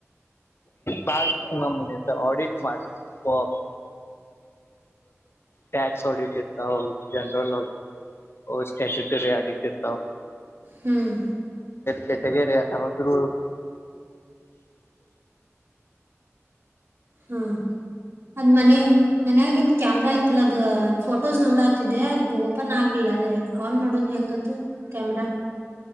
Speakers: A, on the left; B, on the right.
A: ಬಾ ಮು ಆಡಿಟ್ ಮಾಡ ಒಫ್ ಟ್ಯಾಕ್ಸ್ ಆಡಿಟ್ ಇರ್ತ ಜನರಲ್ ಸ್ಟ್ಯಾಚುಟರಿ ಆಡಿಟ್ ಇರ್ತಾವ
B: ಹ್ಮ್
A: ಕೆತೆಗರಿ ಅಲ್ಲ ಹದ
B: ಹಾ ಅದ್ ಮನ ಮನ್ಯಾಗಿನ್ ಕ್ಯಾಮ್ರಾ ಇತ್ತಲ್ಲ ಅದ ಫೋಟೋಸ್ ನೋಡಾತಿದ್ದೆ ಅದು ಓಪನ್ ಆಗ್ಲಿಲ್ಲ ಅದ ಆನ್ ಮಾಡೋದು ಹೆಂಗತ್ತು ಕ್ಯಾಮ್ರಾ